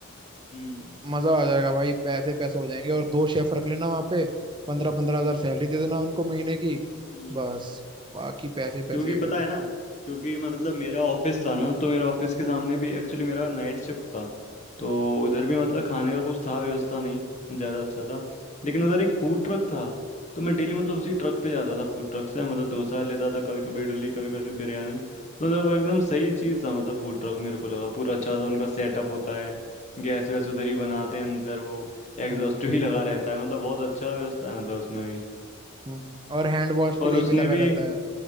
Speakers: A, on the left; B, on the right.
A: हम्म
B: मजा आ जाएगा भाई पैसे पैसे हो जाएंगे और दो शेफ रख लेना वहां पे पंद्रह पंद्रह हजार
A: हम्म
B: सैलरी दे देना उनको महीने की
A: हम्म।
B: बस बाकी पैसे पैसे
A: क्योंकि पता
B: फिर
A: है ना क्योंकि मतलब मेरा ऑफिस था ना तो मेरा ऑफिस के सामने भी एक्चुअली मेरा नाइट शिफ्ट था तो उधर भी मतलब खाने का कुछ था व्यवस्था नहीं ज़्यादा अच्छा था लेकिन उधर एक फूड ट्रक था तो मैं डेली मतलब उसी ट्रक पे जाता था फूड ट्रक से मतलब डोसा लेता था कभी कभी इडली कभी कभी बिरयानी तो मतलब वो एकदम सही चीज़ था मतलब फूड ट्रक मेरे को लगा पूरा अच्छा सा उनका सेटअप होता है गैस वैस उधर ही बनाते हैं अंदर वो एग्जॉस्ट
B: हम्म
A: भी लगा रहता है मतलब बहुत अच्छा व्यवस्था है मतलब उसमें भी
B: हम्म और हैंड वॉश
A: और
B: के लिए
A: उसने
B: भी लगा
A: भी
B: रहता है